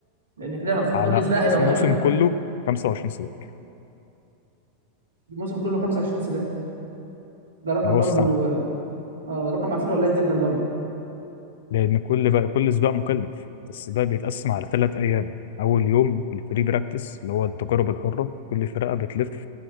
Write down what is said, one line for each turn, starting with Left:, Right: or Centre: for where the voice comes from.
Right: لان كده المفروض
Left: على
Right: كل سباق هيبقى
Left: اسم
Right: مهم
Left: موسم كله 25 سباق
Right: الموسم كله 25 سباق ده رقم
Left: اللي هو
Right: برضو
Left: السنه
Right: اه ده رقم على فكره قليل جدا برضو
Left: لان كل بقى كل سباق مكلف السباق بيتقسم على ثلاث ايام اول يوم الفري براكتس اللي هو التجارب الحره كل فرقه بتلف